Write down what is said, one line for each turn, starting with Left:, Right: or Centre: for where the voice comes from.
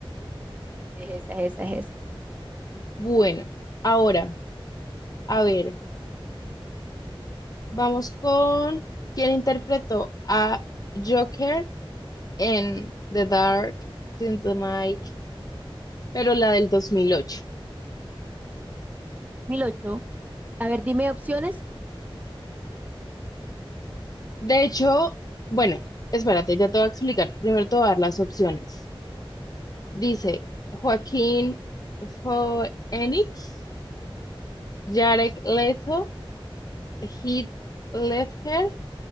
Right: Es esa, es esa, es esa.
Left: Bueno, ahora, a ver, vamos con quién interpretó a Joker en The Dark Knight pero la del 2008.
Right: 2008. A ver, dime opciones.
Left: De hecho, bueno, espérate, ya te voy a explicar. Primero te voy a dar las opciones. Dice Joaquín Phoenix, Jared Leto, Heath Ledger,